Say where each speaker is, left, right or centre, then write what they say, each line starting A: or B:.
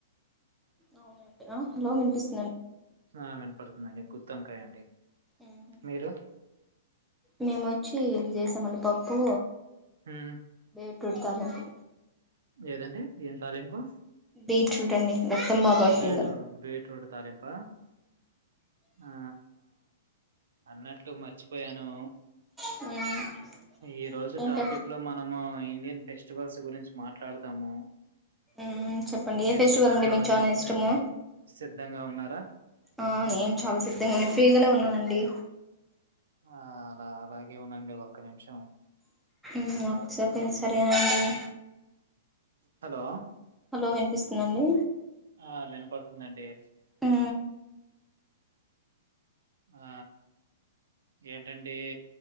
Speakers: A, in the centre; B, on the right (about 80°).
A: అవునండి ఆ హలో వినిపిస్
B: అ వినపడుతుండండి గుత్ తొంకాయ్ అండి
A: ఉహు
B: మీరు
A: మేమోచ్చి ఇవి ఎసామండి పప్పు
B: ఉమ్
A: బీట్రూట్ తాలింపు
B: ఏదండి ఏం తాలింపు
A: బీట్రూట్ అండి రక్తం బాగా పడుతుంది
B: బీట్రూట్ బీట్రూట్ తాలింపా ఆ అన్నట్టు మర్చి పోయాను
A: కదా
B: ఈ రోజు
A: ఏంట
B: టాపిక్ లో మనము ఇం డియన్ ఫెస్టివల్స్ గురించి మాట్లాడదాము
A: మ్మ్ చెప్పండి
B: మీరు
A: ఏ ఫెస్టివల్
B: సిద్ధంగా
A: అంటే మీకు చానా
B: సిద్
A: ఇష్టము
B: సిద్ధంగా ఉన్నారా
A: ఆ నేను చాలా సిద్ధంగా నేను ఫ్రీగానే ఉన్నానండి
B: ఆ లా అలాగే ఉండండి ఒక్క నిమిషం
A: మ్మ్ ఒక్క సెకండ్స్ రెడీనా అండి
B: హలో
A: ఓ వినిపిస్తుందండి
B: ఆ వినపడుతుందండి
A: మ్మ్
B: ఆ ఏంటండీ